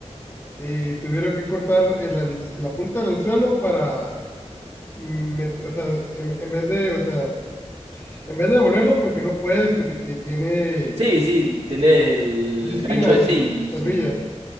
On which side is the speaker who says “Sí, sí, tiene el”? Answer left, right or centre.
Right